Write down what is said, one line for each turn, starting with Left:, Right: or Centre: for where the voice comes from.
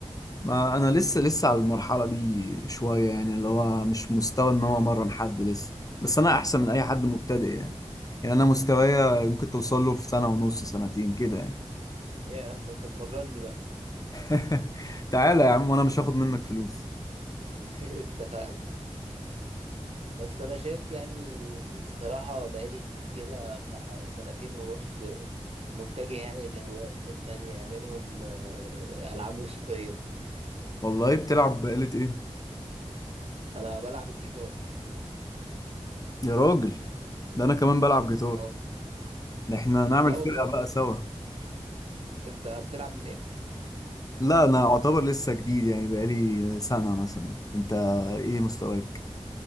Left: ما أنا لسه لسه على المرحلة دي شوية يعني اللي هو مش مستوى إن هو أمرن حد لسه بس أنا أحسن من أي حد مبتدئ يعني يعني أنا مستوايا ممكن توصل له في سنة ونص سنتين كده يعني
Right: ياه ده انت تمرني بقى
Left: <laughs> تعالى يا عم وأنا مش هاخد منك فلوس
Right: <laughs> اتفقنا بس انا شايف يعني الصراحة بقالي كده بتاع سنتين ونص متجه يعني لهوايات تانية منهم آه، العاب موسيقية
Left: والله بتلعب بآلة إيه؟
Right: انا بلعب الجيتار
Left: يا راجل ده أنا كمان بلعب جيتار
Right: اه
Left: ده إحنا نعمل
Right: لا والله
Left: فرقة بقى سوا
Right: انت بتلعب من امتى
Left: لا أنا أعتبر لسه جديد يعني بقالي سنة مثلا أنت إيه مستواك؟